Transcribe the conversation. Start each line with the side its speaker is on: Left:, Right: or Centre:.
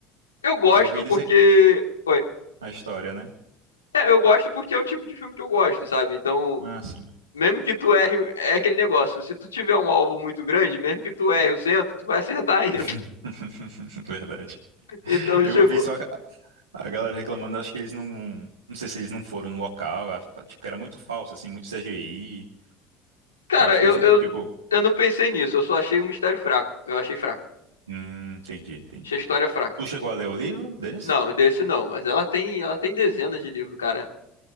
Left: Eu gosto
Right: eu ouvi
Left: porque.
Right: dizer
Left: Oi.
Right: a história, né?
Left: É, eu gosto porque é o tipo de filme que eu gosto, sabe? Então,
Right: Ah, sim.
Left: mesmo que tu erre, é aquele negócio. Se tu tiver um alvo muito grande, mesmo que tu erre o centro, tu vai acertar ainda.
Right: <laughs>
Left: <laughs>
Right: Verdade.
Left: Então,
Right: Eu
Left: tipo,
Right: ouvi só a galera reclamando, acho que eles não. Não sei se eles não foram no local, a- tipo, que era muito falso, assim, muito CGI.
Left: cara,
Right: Que eu acho que
Left: eu,
Right: eles não.
Left: eu,
Right: Tipo.
Left: eu não pensei nisso. Eu só achei o mistério fraco. Eu achei fraco.
Right: Hum, entendi, entendi.
Left: Achei a história fraca.
Right: Tu chegou a ler o livro desse?
Left: Não, desse não. Mas ela tem, ela tem dezenas de livros, cara.